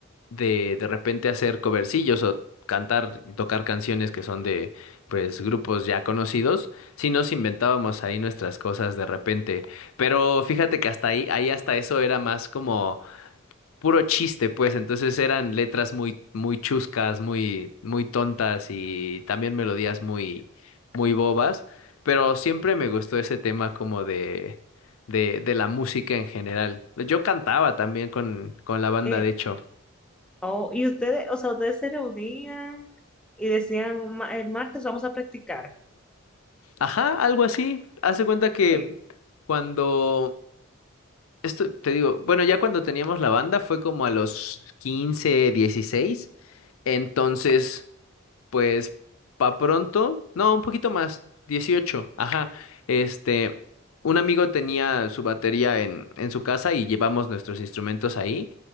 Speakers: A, on the left (about 75°); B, in the centre.
A: de de repente hacer covercillos o cantar, tocar canciones que son de, pues, grupos ya conocidos, sí nos inventábamos ahí nuestras cosas de repente, pero fíjate que hasta ahí, ahí hasta eso era más como puro chiste, pues. Entonces eran letras muy, muy chuscas, muy, muy tontas y también melodías muy, muy bobas. Pero siempre me gustó ese tema como de, de, de la música en general. Yo cantaba también con, con la banda,
B: Eh,
A: de hecho.
B: oh, y ustedes, o sea, ustedes se reunían y decían, "Ma- el martes vamos a practicar.
A: Ajá, algo así. Haz de cuenta que
B: Sí.
A: cuando, esto te digo, bueno, ya cuando teníamos la banda fue como a los 15 dieciséis Entonces. Pues pa' pronto, no, un poquito más, 18. ajá. Este, un amigo tenía su batería en, en su casa y llevamos nuestros instrumentos ahí.